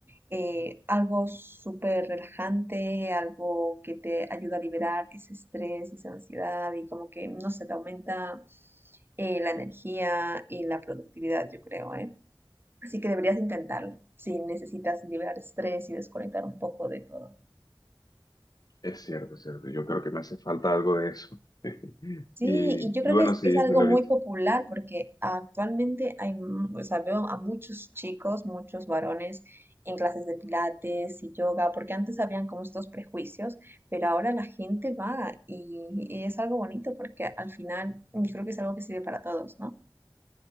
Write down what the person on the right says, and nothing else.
eh, algo súper relajante, algo que te ayuda a liberar ese estrés y esa ansiedad y como que, no sé, te aumenta eh, la energía y la productividad, yo creo, ¿eh? Así que deberías intentarlo si necesitas liberar estrés y desconectar un poco de todo.
Sí,
y yo creo
que es,
es algo
muy
popular porque actualmente hay, mu- o sea, veo a muchos chicos, muchos varones en clases de pilates y yoga, porque antes habían como estos prejuicios, pero ahora la gente va y, y es algo bonito porque al final mm, creo que es algo que sirve para todos, ¿no?